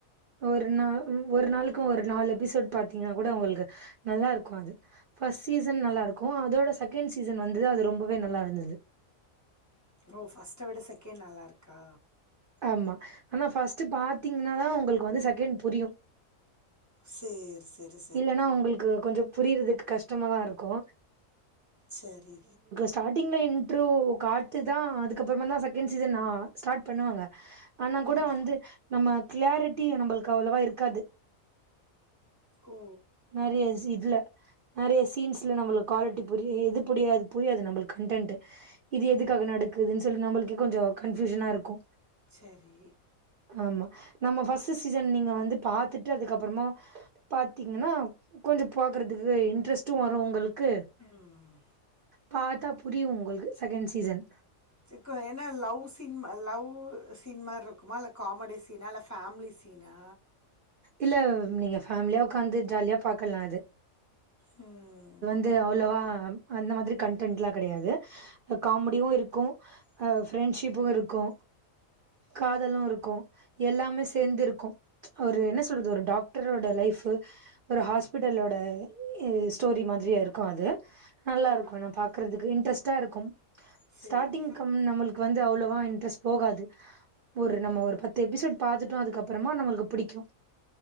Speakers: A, on the right; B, on the left.
A: ஒரு நாள் ஒரு நாளுக்கு ஒரு நாலு எபிசோட் பாத்தீங்கன்னா கூட உங்குளுக்கு நல்லாருக்கு அது ஃபர்ஸ்ட் சீசன் நல்லா இருக்கு அதோட செகண்ட் சீசன் வந்து தா அது ரொம்பவே நல்லா இருந்தது
B: ஓ ஃபர்ஸ்ட்ட விட செகண்ட் நல்லா இருக்கா
A: ஆமா ஆனா ஃபஸ்ட்டு பாத்தீங்கின்னாதா உங்களுக்கு வந்து செகேண்ட் புரியு
B: சேர் சேரி
A: இல்லன்னா உங்களுக்கு கொஞ்சோ புரியிறதுக்கு கஷ்டமாதா இருக்கு
B: சரி
A: ஸ்டார்டிங்கில இன்றோ காட்டு தா அதுக்கப்புறமா தா செகண்ட் சீசன் ஸ்டார்ட் பண்ணுவாங்க ஆனா கூட
B: ம்
A: வந்து நம்ம கிளாரிட்டி நம்பளுக்கு அவ்வளவா இருக்காது
B: ஓ
A: நறைய இஸ் இதுல நறைய சீன்ஸ்ல நம்மளுக்கு குவாலிட்டி புரி இது புரியாது புரியாது நம்மளுக்கு கன்டென்ட் இது எதுக்காக நடக்குதுன்னு சொல்லி நம்பளுக்கே கொஞ்சோ கன்ஃபியூஷனா இருக்கு
B: செரி
A: ஆமா நம்ம ஃபர்ஸ்ட் சீசன் நீங்க வந்து பாத்துட்டு அதுக்கப்புறமா பாத்தி பாத்தீங்னா கொஞ்சோ பாக்குறதுக்கு இன்ட்ரெஸ்ட்டு வரு உங்களுக்கு
B: ம்.
A: பாத்தா புரியு உங்களுக்கு செகேண்ட் சீசன்
B: சிக்கோ என்ன லவ் ஒ சின்மா லவ் சின்மாரி இருக்குமா இல்ல காமெடி சீனா இல்ல ஃபேமிலி சீனா
A: இல்ல நீங்க ஃபேமிலியா உக்காந்து ஜாலியா பாக்கலாம்
B: ம்
A: இது அவ்ளவா அந்த மாதிரி கன்டன்ட் லா கெடையாது காமெடியு இருக்கு அ ஃப்ரெண்ட்ஷிப்பு இருக்கு காதலு இருக்கு எல்லாமே சேந்து இருக்கு ஒரு என்ன சொல்றது ஒரு டாக் டாக்ரோட லைஃபு ஒரு ஹாஸ்பிட்டலோட ஸ்டோரி மாதிரியே இருக்கு அது நல்லா
B: ஓ
A: இருக்கு நம் பாக்குறதுக்கு இன்ட்ரெஸ்டா இருக்கு
B: சரி
A: ஸ்டார்டிங்
B: சரி
A: கம் நம்மளுக்கு வந்து அவ்ளோவா இன்ட்ரெஸ்ட் போகாது ஒரு நம்ம ஒரு பத்து எபிசோட் பாத்துட்டோ அதுக்கப்புறமா நம்மளுக்கு புடிக்கோ